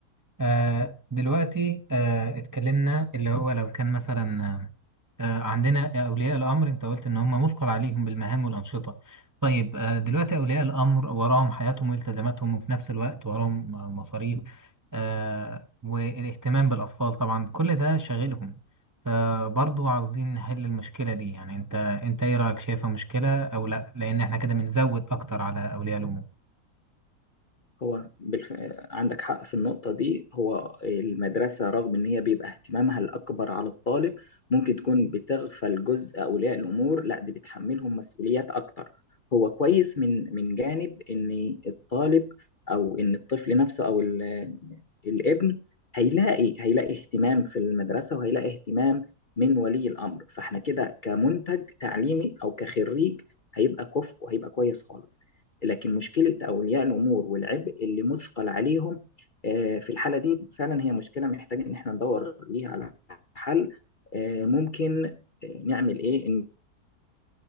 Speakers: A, on the right; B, on the left.
A: آه دلوقتي آه اتكلمنا اللي هو لو كان مثلا آه آه، عندنا أولياء الأمر أنت قلت إن هم مثقل عليهم بالمهام والأنشطة طيب آه دلوقتي أولياء الأمر وراهم حياتهم والتزاماتهم وفي نفس الوقت وراهم آه، مصاريف آه والاهتمام بالأطفال طبعا كل ده شاغلهم فبرضه عاوزين نحل المشكلة دي يعني أنت أنت إيه رأيك شايفها مشكلة أو لأ لأن إحنا كده بنزود أكتر على أولياء الأمور
B: هو بالف... عندك حق في النقطة دي هو المدرسة رغم إن هي بيبقى اهتمامها الأكبر على الطالب ممكن تكون بتغفل جزء أولياء الأمور لا دي بتحملهم مسؤوليات أكتر هو كويس من من جانب إن الطالب أو إن الطفل نفسه أو ال... الابن هيلاقي هيلاقي اهتمام في المدرسة وهيلاقي اهتمام من ولي الأمر فإحنا كده كمنتج تعليمي أو كخريج هيبقى كفء وهيبقى كويس خالص لكن مشكلة أولياء الأمور والعبء اللي مثقل عليهم آه، في الحالة دي فعلا هي مشكلة محتاج إن احنا ندور ليها على حل آه، ممكن آه، نعمل إيه إن